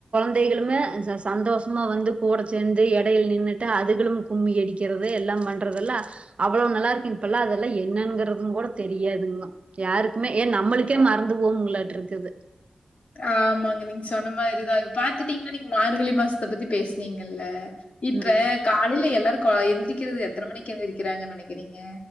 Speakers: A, on the right (about 55°); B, on the left (about 65°).
A: கொழந்தைகளுமே ச சந்தோஷமா வந்து கூட சேந்து எடையில் நின்னுட்டு அதுகளும் கும்பி அடிக்கும் வெக்கிறது எல்லாம் பண்றதெல்லா அவ்வளோ நல்லா இருக்கு இப்பெல்லா அதெல்லா என்னங்கிறதுங் கூட தெரியாதுங்கோ யாருக்குமே ஏ நம்மளுக்கே மறந்து போவுங்களாட்டு இருக்குது
B: ஆமாங்க நீங்க சொன்ன மாதிரிதா இத் பாத்துட்டீங்கன்னா நீங்க மார்கழி மாசத்த பத்தி பேசனீங்கல்ல இப்ப
A: உம்
B: காலையில எல்லாரு எழுந்திரிக்கிறது எத்தன மணிக்கு எழுந்திரிக்கிறாங்கன்னு நெனைக்கிறீங்க